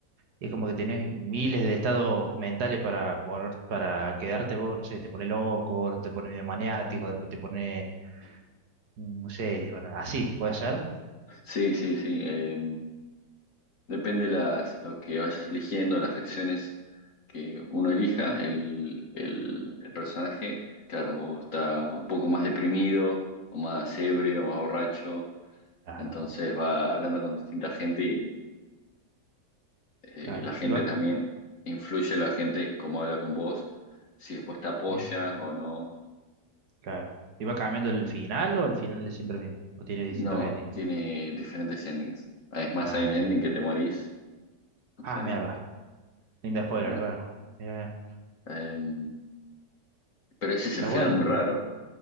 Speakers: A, on the right; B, on the left.
A: y es como que tenés miles de estados mentales para poner, para quedarte vos, no sé, te pone loco, te pone medio maniático, después te pone, mm, no sé, bueno, así, puede ser,
B: Sí, sí, sí. eh, depende las, lo que vayas eligiendo, las secciones que uno elija, el, el, el personaje, claro, o está un poco más deprimido, o más ebrio, o más borracho,
A: claro,
B: entonces va hablando con distinta gente y eh,
A: claro,
B: la gente
A: y va,
B: también influye, la gente cómo habla con vos, si después te apoya
A: sí,
B: o no.
A: claro. ¿Y va cambiando el final o el final es siempre el mismo? ¿O tiene distintos
B: No,
A: endings?
B: tiene diferentes endings. Es más,
A: Ah,
B: hay un
A: está
B: ending
A: bueno.
B: que te morís. O
A: Ah,
B: sea,
A: mierda.
B: no.
A: Linda spoiler,
B: Ah.
A: claro. Mira,
B: Em, pero ese es
A: está
B: el final
A: bueno,
B: muy raro.